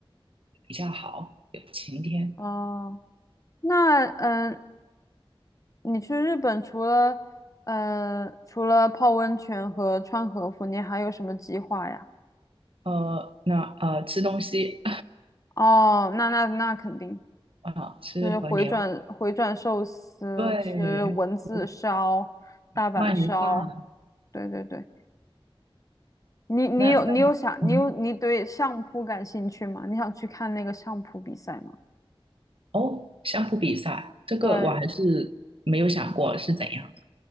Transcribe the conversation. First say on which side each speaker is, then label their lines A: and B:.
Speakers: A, on the right (about 65°); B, on the left (about 35°).
A: 比较好，有晴天。
B: 哦，那嗯，你去日本除了呃，除了泡温泉和穿和服，你还有什么计划呀？
A: 呃，那呃吃东西
B: 哦，那那那肯定
A: <laughs> 啊，吃和牛，
B: 就是回转回转寿司，
A: 对
B: 吃文字烧、
A: 对，
B: 大阪烧，
A: 鳗鱼饭。
B: 对对对。你你有你有想你有你对相扑感兴趣吗？
A: 那那嗯
B: 你想去看那个相扑比赛吗？
A: 哦，相扑比赛这个我还是没有想过是怎样的。
B: 对，